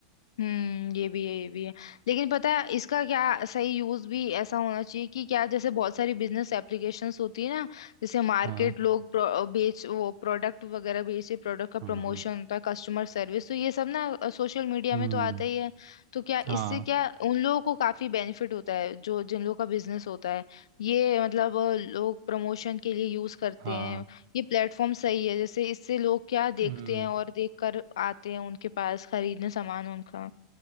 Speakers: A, on the left; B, on the right.
A: हम्म ये भी है ये भी है लेकिन पता है इसका क्या सही यूज भी ऐसा होना चाहिए कि क्या जैसे बहुत सारी बिजनेस एप्लीकेशंस होती है ना जैसे मार्केट
B: हाँ
A: लोग प्रो, बेच वो प्रोडक्ट वगैरह बेचे प्रोडक्ट का प्रमोशन
B: हाँ हाँ
A: होता है कस्टमर सर्विस तो ये सब ना सोशल मीडिया
B: हम्म
A: में तो आता ही है तो क्या इससे
B: हाँ
A: क्या उन लोगों को काफी बेनिफिट होता है जो जिन लोगों का बिजनेस होता है ये मतलब अ, लोग प्रमोशन के लिए यूज करते
B: हाँ
A: हैं ये प्लेटफॉर्म सही है जैसे इससे लोग क्या देखते
B: हम्म
A: हैं और देख कर आते हैं उनके पास खरीदने सामान उनका